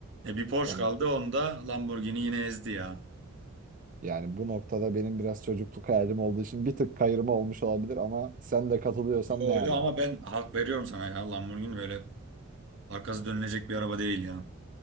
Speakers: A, on the right (about 60°); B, on the right (about 40°).
A: E, bir Porsche
B: tamam.
A: kaldı onda Lamborghini yine ezdi ya.
B: Yani bu noktada benim biraz çocukluk hayalim olduğu için bir tık kayırma olmuş olabilir ama sen de katılıyorsan
A: Yo
B: ne ala.
A: yo ama ben hak veriyorum sana ya. Lamborghini böyle arkası dönülecek bir araba değil ya.